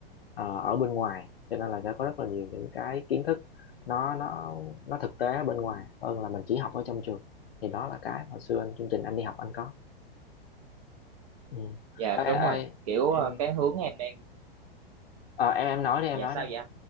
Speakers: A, on the left; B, on the right.
A: ờ, ở bên ngoài cho nên là sẽ có rất là nhiều những cái kiến thức nó nó nó thực tế ở bên ngoài hơn là mình chỉ học ở trong trường thì đó là cái hồi xưa anh chương trình anh đi học anh có ừ.
B: dạ
A: ê, ê,
B: đúng rồi kiểu
A: ê,
B: ờ,
A: em
B: cái hướng em đang
A: ờ, em em nói đi em
B: dạ
A: nói
B: sao
A: đi
B: vậy